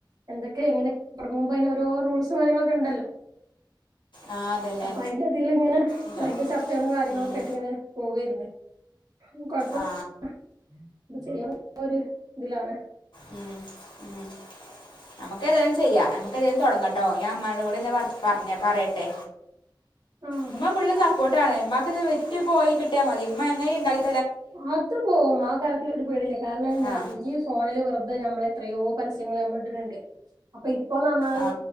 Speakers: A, on the right (about 50°); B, on the left (about 70°).
A: എന്തൊക്കെ എങ്ങനെ തൊടങ്ങുമ്പ അയ്ന് ഓരോ റൂൾസും കാര്യങ്ങളൊക്കെ ഉണ്ടല്ലോ
B: ആ അതന്നെ
A: അപ്പൊ അയ്ന്റെതില്ങ്ങനെ
B: ഉണ്ട്
A: അതിന്റെ ചർച്ചകളും കാര്യങ്ങളും
B: ഉം
A: ഒക്കെ ങ്ങനെ പോവേരുന്നെ കൊഴപ്പം
B: ആ
A: അ ചെയ്യ ഒരു ഇതിലാണ്
B: ഉം ഉം നമുക്ക് ഏതായാലും ചെയ്യാം നമുക്ക് ഏതായാലും തുടങ്ങട്ടോ ഞാൻ ഇമ്മാനോടും കൂടെന്ന് പറ് പറഞ്ഞ് പറയട്ടെ
A: ആഹ്
B: ഇമ്മ ഫുള്ള് സപ്പോർട്ട് ആണ് മ്മാക്ക്ത് വിറ്റ് പോയി കിട്ടിയാമതി ഇമ്മ എങ്ങനീണ്ടാക്കി
A: അത് പോകും ആ കാര്യത്തില് ഒരു പേടില്ല കാരണം ഞാം
B: ആ
A: ഇഞ്ഞ് ഫോണില് വെറ് തെ നമ്മൾ എത്രയോ പരസ്യങ്ങൾ നമ്മൾ ഇട്ടിട്ട്ണ്ട് അപ്പൊ ഇപ്പന്ന് പറഞ്ഞാൽ
B: ആ